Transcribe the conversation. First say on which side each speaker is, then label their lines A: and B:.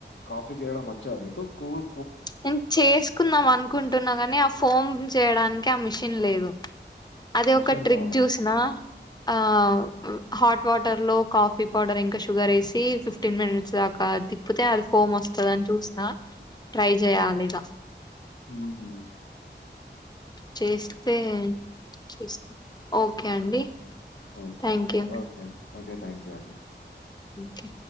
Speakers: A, on the left; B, on the left.
A: కాఫీ చేయడం వచ్చా మీకు కోల్
B: నేన్ చేసుకుందాం అనుకుంటున్నా కాని ఆ ఫోమ్ చేయడానికి ఆ మిషన్ లేదు అదే
A: మిషన్
B: ఒక ట్రిక్
A: కావాలా
B: చూసిన ఆ హాట్ హాట్ వాటర్ లో కాఫీ పౌడర్ ఇంకా షుగర్ ఏసి ఫిఫ్టీన్ మినిట్స్ దాకా తిప్పుతే అది ఫోమ్ వస్తదని అని చూసినా
A: అ
B: ట్రై చేయాలిగా
A: ఉమ్
B: చేస్తే చేస్తా ఓకే అండి.
A: ఓకే
B: థ్యాంక్ యూ
A: ఓకే ఆన్ ఓకే థ్యాంక్ యూ అండి.
B: ఓకే